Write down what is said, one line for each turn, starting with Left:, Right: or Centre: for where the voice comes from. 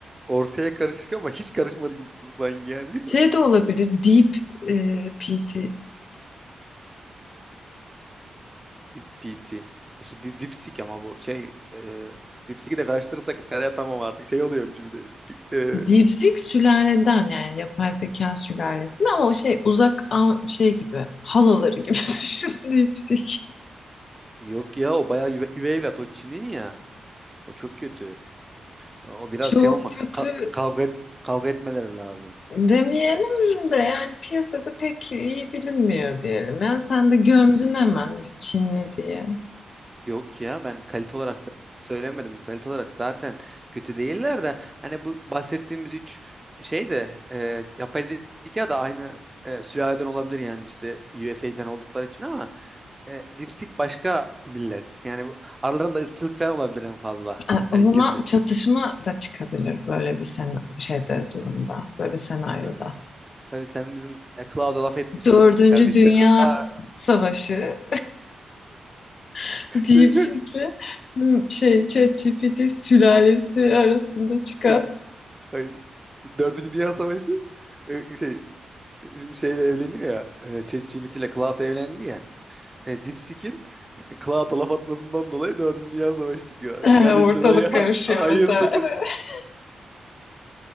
Right: ortaya karışık ama hiç karışmadı gibi bu sanki yani.
Left: Şey de olabilir. Deep e, PT.
Right: Dip P T. E Şu dip, dipsik ama bu şey e, dipsiki de karıştırırsak hala tamam artık şey oluyormuş bir de. E,
Left: DeepSeek sülaleden yani yapay zeka sülalesinden ama o şey uzak am- şey gibi halaları gibi <laughs> düşün DeepSeek.
Right: yok ya o bayağı üve, üvey evlat o Çin'in ya. O çok kötü. O biraz
Left: Çok
Right: şey olma
Left: kötü
Right: ka- kavga et, kavga etmeleri lazım.
Left: demeyelim de yani piyasada pek iyi bilinmiyor diyelim. Yani sen de gömdün hemen bir Çinli diye.
Right: Yok ya ben kalite olarak s- söylemedim. Kalite olarak zaten kötü değiller de hani bu bahsettiğimiz üç şey de e, yapay zeka da aynı e, sülaleden olabilir yani işte U S USA'den oldukları için ama e, Dipsik başka millet. Yani bu, aralarında ırkçılık falan olabilir en fazla.
Left: E,
Right: Hani
Left: o zaman
Right: kötü.
Left: çatışma da çıkabilir böyle bir sen şeyde durumda, böyle bir senaryoda.
Right: E, Tabii sen bizim e, Cloud'a laf etmişsin
Left: Dördüncü
Right: kardeşi.
Left: Dünya
Right: <laughs> Aa,
Left: Savaşı <laughs> DeepSeek'le
Right: şey,
Left: bu şey ChatGPT sülalesi arasında çıkan
Right: şey, hayır. Dördüncü Dünya Savaşı e, şey, bizim şeyle evleniyor ya. E, ChatGPT ile Cloud evlendi ya. E, Dipsik'in Cloud'a laf atmasından dolayı 4. Dünya Savaşı çıkıyor.
Left: <laughs>
Right: Kardeş
Left: ortalık
Right: sen hay- ha-
Left: karışıyor
Right: hayırdır?
Left: mesela.
Right: <laughs>
Left: <laughs>